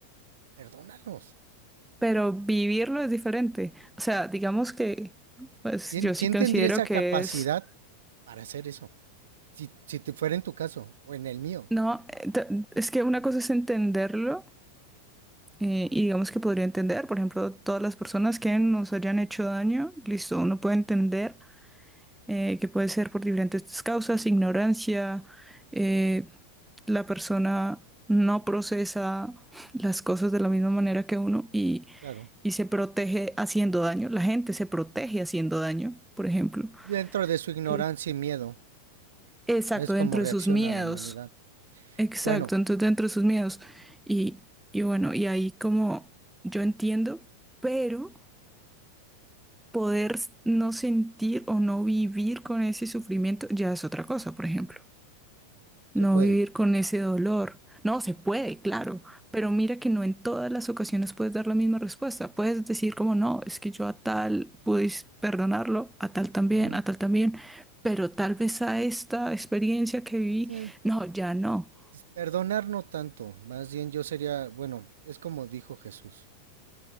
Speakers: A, on the right; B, in the centre.
A: Perdónalos.
B: Pero vivirlo es diferente. O sea, digamos que, pues
A: ¿Quién,
B: yo
A: quién
B: sí considero
A: tendría esa
B: que
A: capacidad
B: es,
A: para hacer eso? Si, si te fuera en tu caso o en el mío,
B: no, eh, t- es que una cosa es entenderlo. eh, y digamos que podría entender, por ejemplo, todas las personas que nos hayan hecho daño, listo, uno puede entender eh, que puede ser por diferentes causas, ignorancia, eh, la persona no procesa las cosas de la misma manera que uno y,
A: claro.
B: y se protege haciendo daño, la gente se protege haciendo daño, por ejemplo.
A: Dentro de su ignorancia
B: Eh,
A: y miedo,
B: Exacto,
A: es como
B: dentro
A: reacciona
B: de sus miedos,
A: la humanidad.
B: exacto,
A: Bueno,
B: entonces dentro de sus miedos. Y, y bueno, y ahí como yo entiendo, pero... Poder s- no sentir o no vivir con ese sufrimiento ya es otra cosa, por ejemplo. No
A: se puede.
B: vivir con ese dolor. No, se puede, claro, pero mira que no en todas las ocasiones puedes dar la misma respuesta. Puedes decir como no, es que yo a tal pude perdonarlo, a tal también,
A: Ujú.
B: a tal también, pero tal vez a esta experiencia que viví,
A: Eh,
B: no, ya no.
A: Perdonar no tanto, más bien yo sería, bueno, es como dijo Jesús,